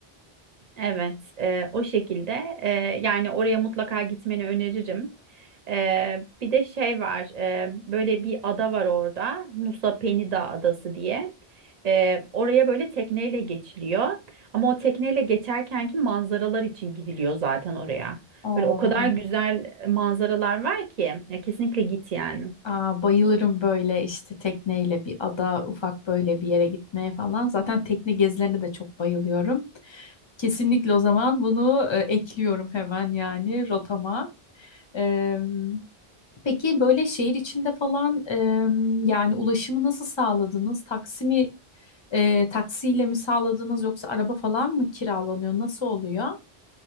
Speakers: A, on the right; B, on the left.
A: Evet, e, o şekilde e, yani oraya mutlaka gitmeni öneririm. E, bir de şey var, e, böyle bir ada var orada, Nusa Penida Adası diye. E, oraya böyle tekneyle geçiliyor. Ama o tekneyle geçerkenki manzaralar için gidiliyor zaten oraya.
B: Oo,
A: Böyle o kadar güzel manzaralar var ki, ya kesinlikle git yani.
B: aa, bayılırım böyle işte tekneyle bir ada ufak böyle bir yere gitmeye falan. Zaten tekne gezilerine de çok bayılıyorum. Kesinlikle o zaman bunu e, ekliyorum hemen yani rotama. Eee, peki böyle şehir içinde falan eee, yani ulaşımı nasıl sağladınız? Taksi mi e, taksiyle mi sağladınız yoksa araba falan mı kiralanıyor? Nasıl oluyor?